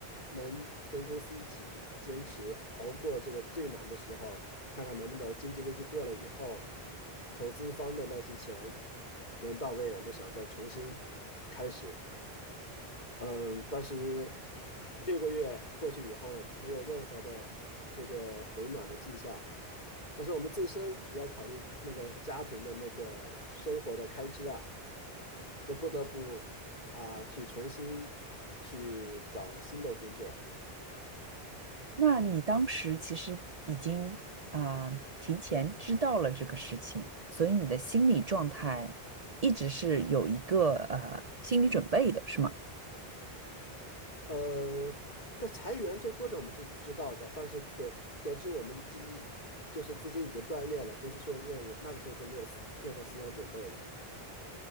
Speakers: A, on the left (about 45°); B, on the right (about 45°).
A: 能跟公司一起坚持熬过这个最难的时候，看看能不能经济危机过了以后，投资方的那些钱能到位，我们想再重新。开始，嗯，但是六个月过去以后，没有任何的这个回暖的迹象，但是我们自身也要考虑那个家庭的那个生活的开支啊，就不得不啊去重新去找新的工作。
B: 那你当时其实已经啊、提前知道了这个事情，所以你的心理状态一直是有一个呃心理准备的，是吗？
A: 呃，在裁员这个过程我们是知道的，但是得得知我们经济就是资金已经断裂了，公司确实断裂那个时候是没有思任何思想准备的。